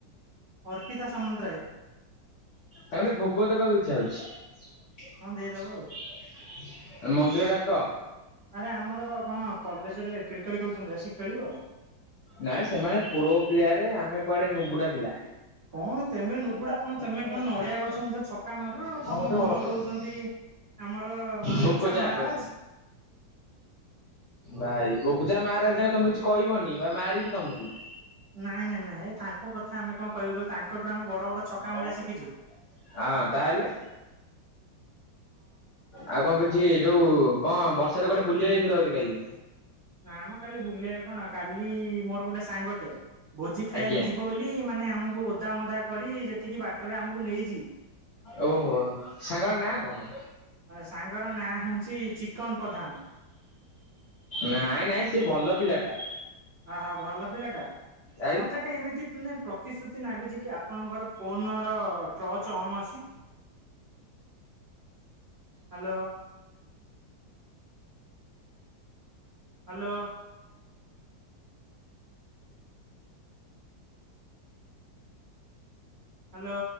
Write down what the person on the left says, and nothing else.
ତାଙ୍କଠେ ଭୋଗ ଦେବାକୁ ଇଚ୍ଛା ହଉଛି।
ମନ୍ଦିର ଡାକ।
ନାଇଁ ସେମାନେ ପୁର ପ୍ୟରେ, ଆମେ କୁଆଡେ ନୁବୁଢା ପିଲା।
ଆଜ୍ଞା ଆପଣ
ସେମିତି
କାଇଁ
କଥା
କହୁଛନ୍ତି
ଆପଣ
ମଧ୍ୟ
ଭଲ ଖେଳନ୍ତି।
ବୋକୋ ଯା
ବାବୁ। ଭାଇ ବଗୁଚା ମହାରାଜାଙ୍କୁ ତମେ କିଛି କହିବନି। ମାରିକି ତମକୁ।
ଘର
ମଣି
କଥା କଣ କହୁନୁ ହଁ ତାହେଲେ? ଆଉ କଣ କିଛି ଯୋଉଁ କଣ ବର୍ଷାରେ କୁଆଡେ ବୁଲିିବାକୁ ଯାଇଥିଲ ବୋଧେ କାଲି?
ଆଜ୍ଞା
ଓ ହୋ ସାଙ୍ଗ ନାଁ? ତା ଘର।
ନାଇଁ ନାଇଁ ସେ ଭଲ ପିଲାଟା।
ଆଉ